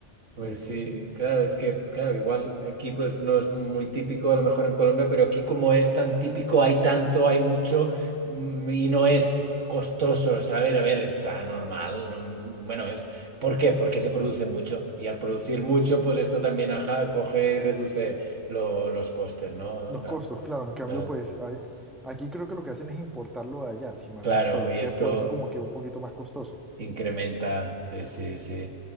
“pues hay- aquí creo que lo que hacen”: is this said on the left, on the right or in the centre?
Centre